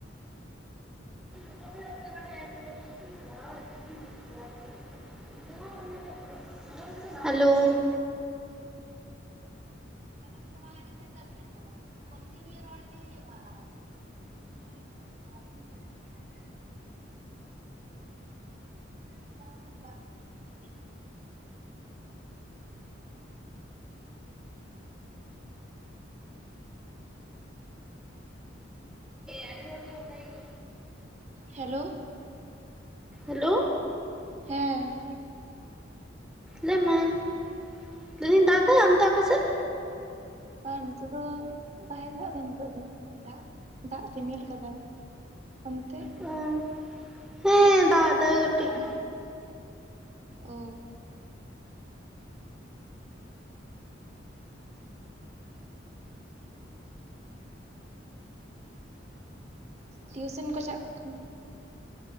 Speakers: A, in the centre; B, on the right.
A: <unintelligible> <inaudible> ᱦᱮᱞᱳ ᱾
B: <unintelligible> ᱛᱟᱵᱤᱱ ᱟᱠᱚ, ᱠᱚᱱᱴᱤᱱᱤᱭᱩ ᱨᱚᱲ ᱤᱫᱤ ᱦᱩᱭᱩᱜ-ᱟ ᱾ ᱟ ᱻ <unintelligible> <unintelligible> ᱵᱟᱝ ᱾
A: ᱟᱹᱰᱤ ᱦᱚᱲ ᱜᱮ ᱚᱰᱮ ᱜᱮ
B: ᱦᱮᱞᱳ ᱾
A: ᱦᱮᱞᱳ ᱾
B: ᱦᱮᱸᱻ
A: ᱞᱟᱹᱭ ᱢᱮ ᱾ <inaudible> ᱞᱟᱹᱭ ᱤᱫᱤᱧ ᱫᱟᱜ ᱮᱫᱟᱭ ᱚᱱᱛᱮ ᱟᱯᱮ ᱥᱮᱫ?
B: ᱵᱟ ᱱᱤᱛᱳᱜ ᱫᱚ ᱵᱟᱭ ᱫᱟᱜ ᱮ ᱱᱤᱛᱳᱜ ᱫᱚ ᱫᱟᱜ ᱫᱟᱜ ᱨᱤᱢᱤᱞ ᱟᱠᱟᱫᱟᱭ ᱾ ᱚᱱᱛᱮ?
A: ᱚ ᱾ <inaudible> ᱦᱮᱸ ᱫᱟᱜ ᱮᱫᱟᱭ ᱠᱟᱹᱴᱤᱡ ᱾
B: ᱚᱻ ᱴᱤᱭᱩᱥᱮᱱ ᱠᱚ ᱪᱟᱜ ᱠᱟᱱᱟ?